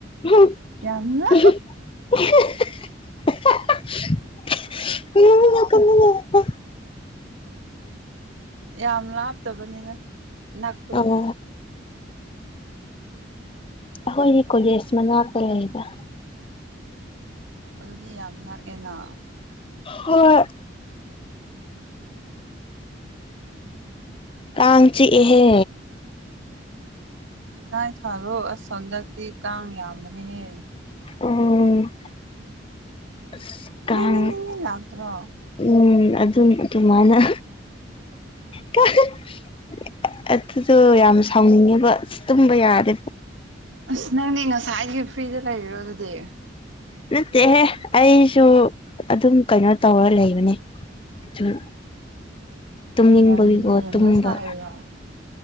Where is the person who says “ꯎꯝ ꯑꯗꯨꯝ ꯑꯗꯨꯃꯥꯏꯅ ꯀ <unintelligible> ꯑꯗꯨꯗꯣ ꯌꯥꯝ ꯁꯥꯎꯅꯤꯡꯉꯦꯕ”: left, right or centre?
Left